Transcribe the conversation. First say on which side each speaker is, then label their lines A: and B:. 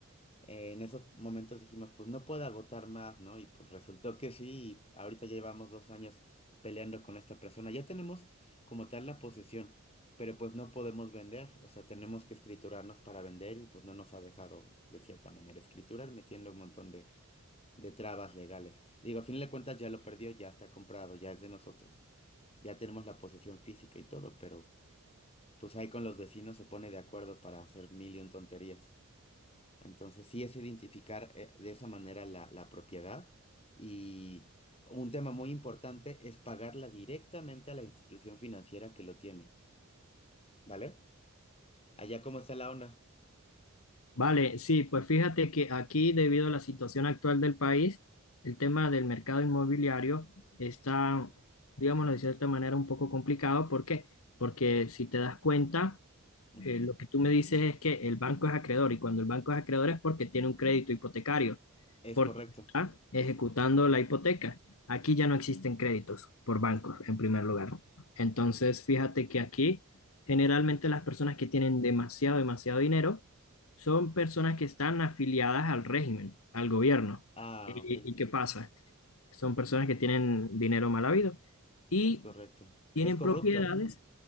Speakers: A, on the left (about 25°); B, on the left (about 70°).
A: eh, en esos momentos dijimos, pues no puedo agotar más, ¿no? Y pues resultó que sí, y ahorita ya llevamos dos años peleando con esta persona. Ya tenemos como tal la posesión, pero pues no podemos vender, o sea, tenemos que escriturarnos para vender y pues no nos ha dejado de cierta manera escriturar, metiendo un montón de, de trabas legales. Digo, a fin de cuentas ya lo perdió, ya está comprado, ya es de nosotros, ya tenemos la posesión física y todo, pero pues ahí con los vecinos se pone de acuerdo para hacer mil y un tonterías. Entonces, sí es identificar eh, de esa manera la, la propiedad y un tema muy importante es pagarla directamente a la institución financiera que lo tiene, ¿vale? Allá cómo está la onda
B: Vale, sí, pues fíjate que aquí, debido a la situación actual del país, el tema del mercado inmobiliario está, digámoslo de cierta manera, un poco complicado. ¿Por qué? Porque si te das cuenta,
A: Ujú,
B: eh, lo que tú me dices es que el banco es acreedor y cuando el banco es acreedor es porque tiene un crédito hipotecario
A: Es
B: porque
A: correcto.
B: está ejecutando la hipoteca. Aquí ya no existen créditos por bancos, en primer lugar. ¿no? Entonces, fíjate que aquí generalmente las personas que tienen demasiado, demasiado dinero son personas que están afiliadas al régimen, al gobierno.
A: Ah,
B: ¿Y,
A: ok.
B: y qué pasa? Son personas que tienen dinero mal habido. Y
A: Es correcto.
B: tienen
A: Es corrupto.
B: propiedades,